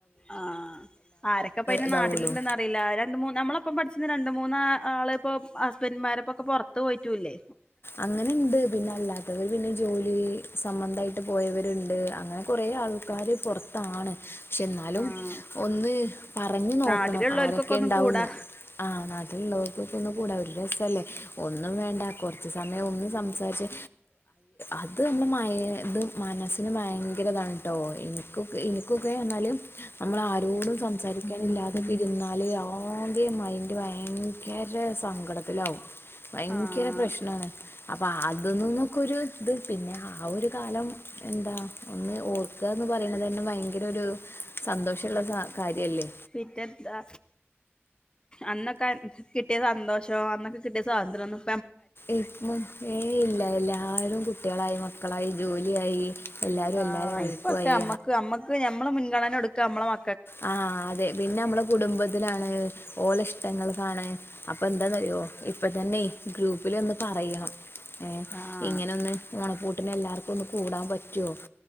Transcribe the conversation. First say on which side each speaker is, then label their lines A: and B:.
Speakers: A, on the left; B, on the left.
A: ആഹ ആരൊക്കെ പയിന്നാട്ടിലുണ്ടന്ന
B: ഇതാവുള്ളൂ
A: അറിയില്ല രണ്ട മൂന്ന് നമ്മള ഇപ്പം പഠിച്ചുന്ന രണ്ട് മൂന്നാ ആള ഇപ്പോൾ ഹസ്ബൻഡുമാരെപ്പോ ഒക്കെ പുറത്ത് പോയിട്ടുല്ലേ
B: അങ്ങനെണ്ട് പിന്നെ അല്ലാത്തവർ പിന്നെ ജോലി സംബന്ധമായിട്ട് പോയവരുണ്ട് അങ്ങനെ കൊറെ ആൾക്കാര് പുറത്താണ് പക്ഷെ എന്നാലും
A: ആഹ്
B: ഒന്ന് പറഞ്ഞു നോക്കണം
A: നാട്ടിലുള്ളവർക്കൊക്കെ
B: ആരൊക്കെ
A: ഒന്ന്
B: ഉണ്ടാവന്ന്
A: കൂടാ
B: ആഹ് നാട്ടിലുള്ളവർക്കക്ക് ഇ ഒന്നും കൂടാ ഒരു രസല്ലേ ഒന്നും വേണ്ട കൊറ ച്ച സമയം ഒന്ന് സംസാരിച്ച് അത് നമ്മുടെ മ മനസ്സിന് ഭയങ്കര ആൺട്ടോ ഇനിക്കൊക്കെ ഇനിക്കൊക്കെ അർഞ്ഞാല് നമ്മളാരോടും സംസാരിക്കാനില്ലാതിരുന്നാൽ ഇനി ആദ്യം മൈൻഡ് ഭയങ്കര സങ്കടത്തിലാവും ഭയങ്കര
A: ആഹ്
B: പ്രശ്നാണ് അപ്പൊ അതൊന്നന്നൊക്കൊരു ഇത് പിന്നെ ആ ഒരു കാലം എന്താ ഒന്ന് ഓർക്കാന്ന് പറയുന്നതന്നെ ഭയങ്കര ഒരു സന്തോഷള്ള ക കാര്യല്ലേ
A: പിന്നെന്താ അന്നൊക്കെ കിട്ടിയ സന്തോഷോ അന്നൊക്കെ കിട്ടിയ സ്വാതന്ത്രോന്നും
B: ഇങ്ങും ഏ ഇല്ല എല്ലാരും കുട്ടികളായി മക്കളായി ജോലിയായി എല്ലാവരും
A: ആ
B: എല്ലാവരുടെ വഴിക്കുമായി
A: ഇപ്പൊക്കെ അമ്മക്ക് അമ്മക്ക് ഞമ്മള് മുൻഗണന കൊടുക്കമ്മള മ
B: ആ അതെ പിന്നമ്മള കുടുംബത്തിനാണ് ഓലെ ഇഷ്ടങ്ങൾക്കാണ് അപ്പെന്താന്നറിയോ ഇപ്പതന്നെ ഗ്രൂപ്പിലൊന്ന് പറയണം ഏ
A: ആഹ്
B: ഇങ്ങനൊന്ന് ഓണപ്പൂട്ടിനെല്ലാർക്കൊന്ന് കൂടാപറ്റോ